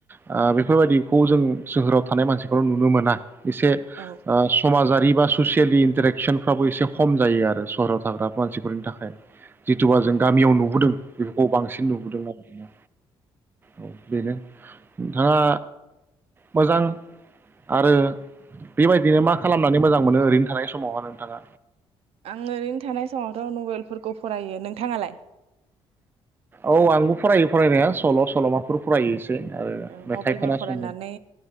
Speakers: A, on the right; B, on the right.
A: ओ बेफोरबायदिखौ जों सोहोराव थानाय मानसिफोराव नुनो मोना एसे
B: औ
A: ओ समाजारि बा ससियेलि इन्टारेकसनफ्राबो एसे खम जायो आरो सहराव थाग्रा मानसिफोरनि थाखाय। जिथुुबा जों गामियाव नुबोदों बेफोरखौ बांसिन नुबोदों आरोखि ना? औ बेनो थाङा मोजां आरो बेबायदिनो मा खालामनानै मोजां मोनो ओरैनो थानाय समावहाय नोंथाङा?
B: आं ओरैनो थानाय समावथ' नभेलफोरखौ फरायो नोंथाङालाय?
A: औ आंबो फरायो फरायनाया सल' सल'माफोर फरायो आरो
B: ओ
A: मेथाइ
B: नबेलफोर
A: खोनासङो
B: फरायनानै